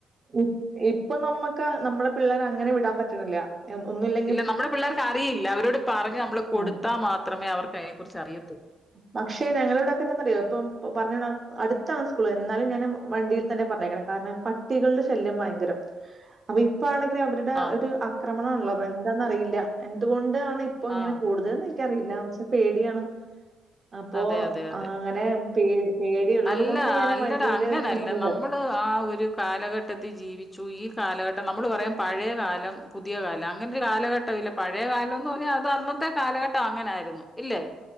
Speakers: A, on the right (about 35°); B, on the left (about 15°).
A: ഇപ് ഇപ്പ നമ്മക്ക് നമ്മളെ പിള്ളേരങ്ങനെ വിടാൻ പറ്റണില്ല. ഏ ഒന്നുല്ല
B: ഇല്ല നമ്മ്ടെ പിള്ളേർക്കറിയില്ല. അവരോട് പറഞ്ഞ് നമ്മള് കൊടുത്താ
A: ഉം.
B: മാത്രമേ അവർക്ക് അയ്നെ കുറിച്ച് അറിയത്തൊള്ളൂ.
A: പക്ഷെ ഞങ്ങളെവ്ടെക്കെന്താന്നറിയോ പ്പം പറഞ്ഞ് വിടാ അട്ത്താണ് സ്കൂള്. എന്നാലും ഞാൻ വണ്ടിയിൽ തന്നെ പറഞ്ഞയ്ക്കണേ, കാരണം പട്ടികളുടെ ശല്യം ഭയങ്കരം. അപ്പ ഇപ്പാണെങ്കിൽ അവര്ടെ
B: ആ
A: ഒര് ആക്രമണാണല്ലോ, അപ്പെന്താന്നറിയില്ല. എന്തുകൊണ്ടാണിപ്പങ്ങനെ
B: ആ
A: കൂടുതല് ഒന്നും എനിക്കറിയില്ല. പക്ഷെ പേടിയാണ് അപ്പോ
B: അതെ അതെ അതെ.
A: അങ്ങനെ പേട് പേടിയുള്ളത്
B: അല്ല
A: കൊണ്ട് ഞാന്
B: അല്ലടാ
A: വണ്ടിയിൽ
B: അങ്ങനല്ല.
A: ഒന്ന് വിടും.
B: നമ്മള് ആ ഒരു കാലഘട്ടത്തി ജീവിച്ചു. ഈ കാലഘട്ടം നമ്മൾ പറയും പഴേകാലം, പുതിയ കാലം അങ്ങനൊര് കാലഘട്ടം ഇല്ല. പഴയ കാലംന്ന് പറഞ്ഞാൽ അത് അന്നത്തെ കാലഘട്ടം അങ്ങനായിരുന്നു ഇല്ലെ.